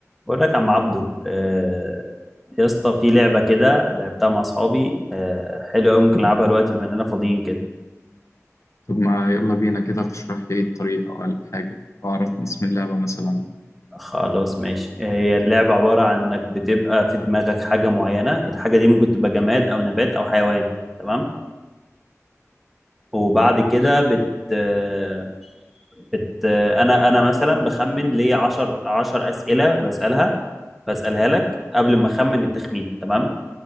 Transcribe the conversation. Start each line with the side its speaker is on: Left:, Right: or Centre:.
Centre: بقول لك يا عم عبدو آه، يا اسطى في لعبة كده لعبتها مع أصحابي آه، حلوة أوي ممكن نلعبها دلوقتي بما إننا فاضيين كده
Left: طب ما يلا بينا كده تشرح لي إيه الطريق أو الحاجة أو عرفني اسم اللعبة مثلا
Centre: خلاص ماشي هي اللعبة عبارة عن إنك بتبقى في دماغك حاجة معينة الحاجة دي ممكن تبقى جماد أو نبات أو حيوان تمام وبعد كده بت آه، بت آه، أنا أنا مثلا بخمن ليه عشر عشر أسئلة بسألها بسألها لك قبل ما أخمن التخمين تمام